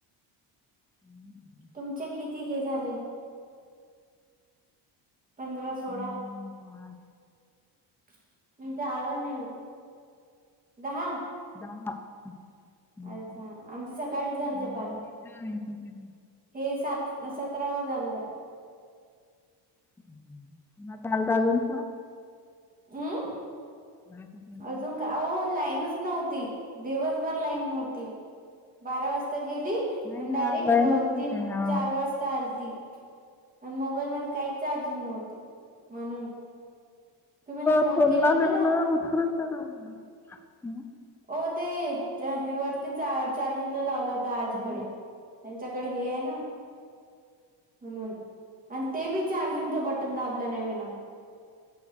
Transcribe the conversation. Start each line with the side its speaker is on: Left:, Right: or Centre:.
Centre: हम्म.
Right: तुमचे किती हे झाले? पंधरा सोळा,
Centre: आणि मग आज
Right: तुमचा आवाज नाही येऊ <unintelligible> दहा?
Centre: दहा. हम्म.
Right: अच्छा आमच्या सकाळीच झालते
Centre: आणि
Right: पाच.
Centre: काय तुझे
Right: हे सात सत रावा चालू आहे.
Centre: <unintelligible>
Right: अं?
Centre: नाही
Right: अजून का, अहो लाईनच नव्हती. दिवसभर लाईन नव्हती. बारा वाजता गेली आणि
Centre: ना
Right: डायरेक्ट
Centre: आज जाय नसतील
Right: तीन
Centre: ते हा
Right: चार वाज चालती आणि मोबाईलमध्ये काही चार्जिंग नव्हती म्हणून. तुम्ही
Centre: <unintelligible>
Right: ना
Centre: फोन
Right: केले
Centre: नाही
Right: होते ना
Centre: <unintelligible>
Right: हो ते हे वरती चार-चार्जिंगला लावला होता आजीकडे.
Centre: नाही
Right: त्यांच्याकडे हे आहे ना म्हणून आणि ते बी चार्जिंगच बटन दाब <unintelligible>